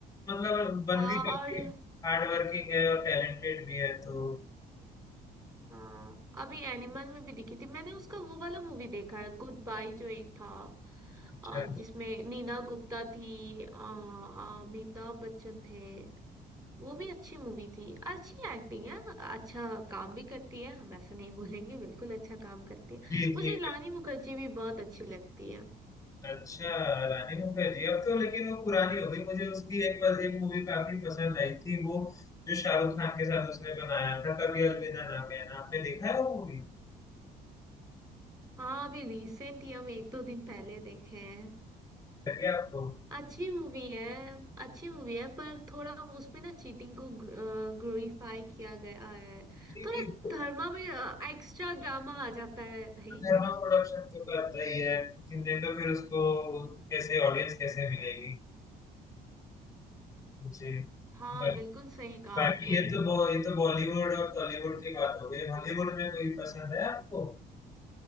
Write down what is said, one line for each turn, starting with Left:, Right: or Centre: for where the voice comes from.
Left: मतलब बंदी
Right: हाँ
Left: काफी
Right: और
Left: हार्ड वर्किंग है और टैलेंटेड भी है तो
Right: हाँ अभी एनिमल में भी दिखी थी मैंने उसका वो वाला मूवी देखा है गुड बाय जो एक था
Left: अच्छा
Right: अ, जिसमें नीना गुप्ता थी अ, अमिताभ बच्चन थे वो भी अच्छी मूवी थी अच्छी एक्टिंग है अच्छा काम भी करती है हम ऐसा नहीं बोलेंगे बिल्कुल अच्छा काम करती है
Left: जी
Right: मुझे
Left: जी
Right: रानी मुखर्जी भी बहुत अच्छी लगती है
Left: अच्छा रानी मुखर्जी अब तो लेकिन वो पुरानी हो गई मुझे उसकी एक पर एक मूवी काफी पसंद आई थी वो जो शाहरुख खान के साथ उसने बनाया था कभी अलविदा ना कहना आपने देखा है वो मूवी
Right: हाँ अभी रिसेंट ही हम एक दो दिन पहले देखे हैं
Left: लगी आपको
Right: अच्छी मूवी है अच्छी मूवी है पर थोड़ा वो उसमें ना चीटिंग को ग्लोरीफाई किया गया है
Left: जी
Right: थोड़ा
Left: जी वो
Right: धर्मा में एक्स्ट्रा ड्रामा आ जाता है भाई
Left: धर्मा प्रोडक्शन तो करता ही है लेकिन नहीं तो फिर उसको कैसे ऑडियंस कैसे मिलेगी जी
Right: हाँ
Left: बा-
Right: बिल्कुल सही कहा
Left: बाकी
Right: आपने
Left: ये तो बो- ये तो बॉलीवुड और टॉलीवुड की बात हो गई हॉलीवुड में कोई पसंद है आपको